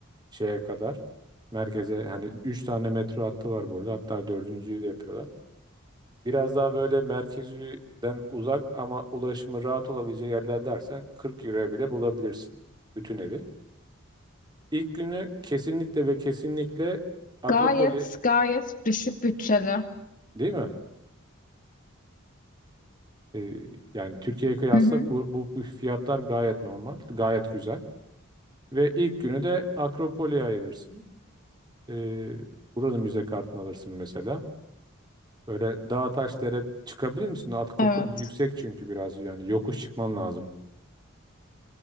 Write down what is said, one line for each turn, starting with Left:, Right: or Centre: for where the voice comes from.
Right: şeye kadar. Merkeze hani 3 tane metro hattı var burada. Hatta dördüncüyü de yapıyorlar. Biraz daha böyle merkezden uzak ama ulaşımı rahat olabileceği yerler dersen 40 euroya bile bulabilirsin bütün evi. İlk günü kesinlikle ve kesinlikle Akropoli
Left: Gayet gayet düşük bütçeli.
Right: değil mi? Ee, yani Türkiye'ye kıyasla
Left: Hı hı.
Right: bu, bu fiyatlar gayet normal, gayet güzel. Ve ilk günü de Akropoli'ye ayırırsın. Ee, buranın müze kartını alırsın mesela. Böyle dağ taş dere çıkabilir misin? Akropoli
Left: Evet.
Right: yüksek çünkü biraz yani yokuş çıkman lazım.